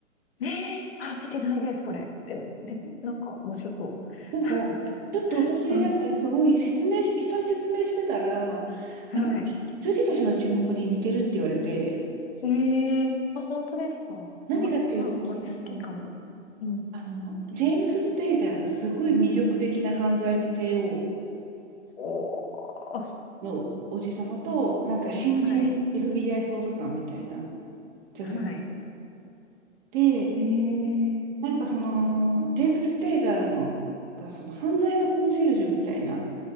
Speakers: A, on the left; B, on the right.
A: ねえ。あ、見てないです、これ。え、めなんか面白そう。
B: なんか、
A: <laughs>
B: ちょっと私、
A: はい。
B: なんかすごい説明して、人に説明してたら、
A: はい。
B: なんか、羊たちの沈黙に似てるって言われて、
A: ええあ、本当ですかあ、
B: 何かっていうと、
A: じゃあこれ好きかも。
B: その、
A: うん。
B: あの、ジェームス・スペイダーがすごい魅力的な犯罪の帝王
A: おー。
B: のおじさまと、なんか新人
A: はい。
B: FBI 捜査官みたいな女性
A: はい。
B: で、
A: へえ。
B: なんかその、ジェームス・スペイダーのが、その犯罪のコンシェルジュみたいな